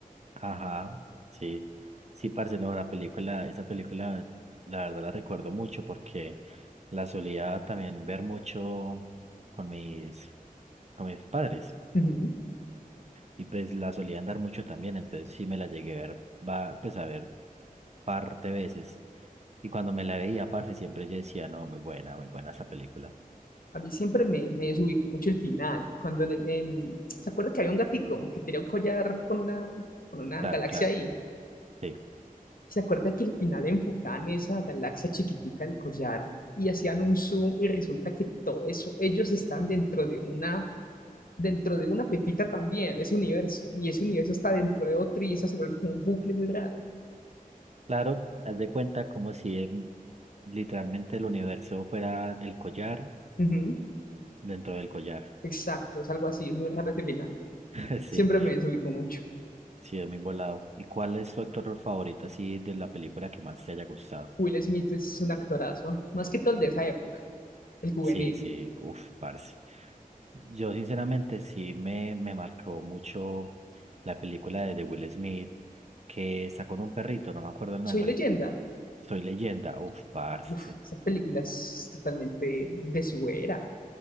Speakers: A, on the right; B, on the left.
A: Ajá, sí. Sí, parce, no, la película, esa película, la verdad la recuerdo mucho porque la solía también ver mucho con mis, con mis padres
B: Ujú.
A: y pues la solía andar mucho también, entonces sí me la llegué a ver, va, pues a ver par de veces y cuando me la veía, parce, siempre yo decía, no, muy buena, muy buena esa película.
B: A mí siempre me, me desubicó mucho el final. Cuando en el- en- ¿se acuerda que había un gatico que tenía un collar con una, con una
A: Claro,
B: galaxia
A: claro,
B: ahí?
A: sí.
B: ¿Se acuerda que al final enfocaban esa galaxia chiquitica del collar y hacían un zoom y resulta que todo eso, ellos están dentro de una, dentro de una pepita también, ese universo, y ese universo está dentro de otro y eso se vuelve como un bucle muy raro.
A: Claro, haz de cuenta como si em, literalmente el universo fuera el collar
B: Ujú,
A: dentro del collar.
B: Exacto, es algo así, es muy raro ese final.
A: <laughs> Sí,
B: Siempre me desubicó mucho.
A: sí, es muy volado. ¿Y cuál es tu actor favorito así de la película que más te haya gustado?
B: Will Smith es un actorazo, más que todo el de esa época, el juvenil.
A: Sí, sí, uff, parce. Yo sinceramente sí me, me marcó mucho la película de, de Will Smith que está con un perrito, no me acuerdo el
B: Soy
A: nombre.
B: leyenda.
A: Soy leyenda, uff, parce.
B: Uf, esa película es totalmente de su era.